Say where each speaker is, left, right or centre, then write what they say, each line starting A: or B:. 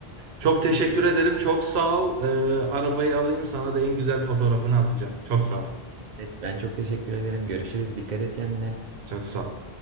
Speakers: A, on the right (about 80°); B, on the right (about 50°).
A: Çok teşekkür ederim. Çok sağ ol. E, arabayı alayım sana da en güzel fotoğrafını atacağım. Çok sağ
B: Tamam,
A: ol.
B: tamam. Evet, ben çok teşekkür ederim. Görüşürüz. Dikkat et kendine.
A: Çok sağ ol.